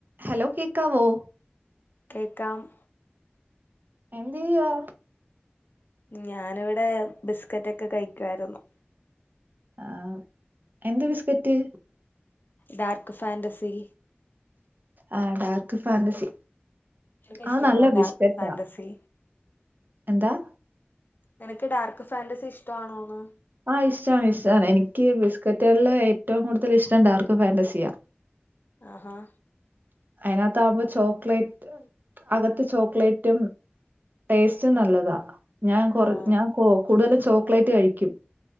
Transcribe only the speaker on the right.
Hello കേക്കാവോ
എന്ത് ചെയ്യുവാ
ആ എന്ത് ബിസ്കറ്റ്.
അ ഡാർക്ക് ഫാന്റസി.
അ നല്ല ബിസ്കറ്റാ
എന്താ-
അ ഇഷ്ടാണ് ഇഷ്ടാണ് എനിക്ക് ബിസ്കറ്റുകളില് ഏറ്റവും കൂടുതൽ ഇഷ്ടം ഡാർക്ക്‌ ഫന്റാസിയ.
അതിനാത്താവുമ്പ ചോക്ലേറ്റ് അകത്ത് ചോക്ലേറ്റും ടേസ്റ്റും നല്ലതാ. ഞാൻ കൊറു
ഞാൻ കൂടുതലും ചോക്ലേറ്റ് കഴിക്കും